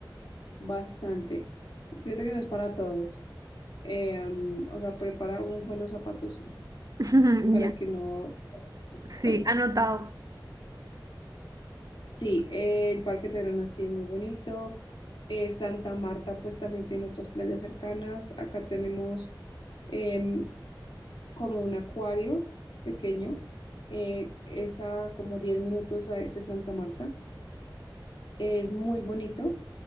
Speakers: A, on the left; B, on the right.
A: bastante. Siento que no es para todos. Eh, am, o sea, prepara unos buenos zapatos
B: <laughs>
A: para
B: Ya,
A: que no es
B: sí,
A: tanta.
B: anotado.
A: Sí, eh, el Parque Tayrona sí es muy bonito. Eh, Santa Marta, pues también tiene otras playas cercanas. Acá tenemos em, como un acuario pequeño. eh, es a como 10 minutos a- de Santa Marta. Es muy bonito.